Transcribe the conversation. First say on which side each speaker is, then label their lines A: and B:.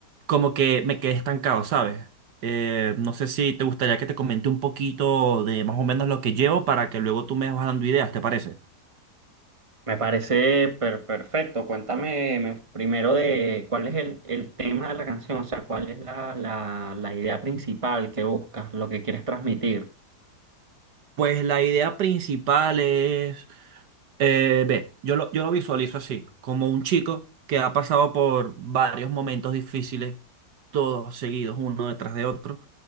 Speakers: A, on the right (about 80°); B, on the right (about 20°).
A: como que me quedé estancado, ¿sabes? Eh, no sé si te gustaría que te comente un poquito de más o menos lo que llevo para que luego tú me vas dando ideas, ¿te parece?
B: Me parece per- perfecto. Cuéntame me- primero de cuál es el, el tema de la canción, o sea, cuál es la, la, la idea principal que buscas, lo que quieres transmitir.
A: Pues la idea principal es, eh, ve, yo lo, yo lo visualizo así, como un chico que ha pasado por varios momentos difíciles, todos seguidos uno detrás de otro